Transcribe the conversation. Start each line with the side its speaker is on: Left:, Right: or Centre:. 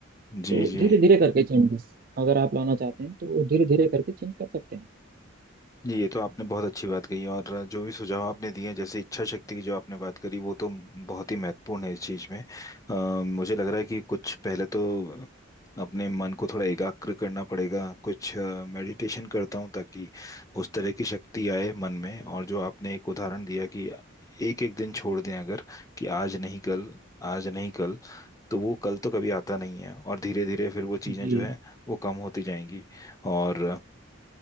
Left: जी
Right: तो
Left: जी
Right: धीरे धीरे करके चेंजेस अगर आप लाना चाहते हैं तो धीरे धीरे करके चेंज कर सकते हैं
Left: जी, ये तो आपने बहुत अच्छी बात कही और जो भी सुझाव आपने दिए हैं जैसे इच्छा शक्ति की जो आपने बात करी वो तो बहुत ही महत्वपूर्ण है इस चीज में अ, मुझे लग रहा है कि कुछ पहले तो अपने मन को थोड़ा एकाग्र करना पड़ेगा कुछ मेडिटेशन करता हूँ ताकि उस तरह की शक्ति आए मन में और जो आपने एक उदाहरण दिया कि एक एक दिन छोड़ दें अगर कि आज नहीं कल आज नहीं कल तो वो कल तो कभी आता नहीं है और धीरे धीरे फिर वो चीज़ें
Right: जी
Left: जो है वो कम होती जाएंगी और